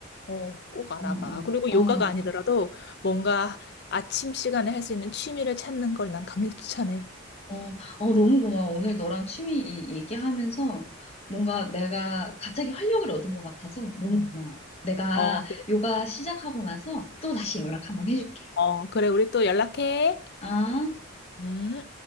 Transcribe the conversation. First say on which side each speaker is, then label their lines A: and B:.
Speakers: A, on the left; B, on the left.
A: 어, 꼭 알아봐.
B: 어,
A: 그리고
B: 어,
A: 요가가
B: 어.
A: 아니더라도 뭔가 아침 시간에 할 수 있는 취미를 찾는 걸 난 강력 추천해.
B: 어, 어, 너무 고마워. 오늘 너랑 취미 이- 얘기하면서 뭔가 내가 갑자기 활력을 얻은 것 같아서 너무
A: 음.
B: 고마워. 내가
A: 어,
B: 요가 시작하고 나서 또 다시 연락 한번 해줄게.
A: 어, 그래, 우리 또 연락해.
B: 아.
A: 음.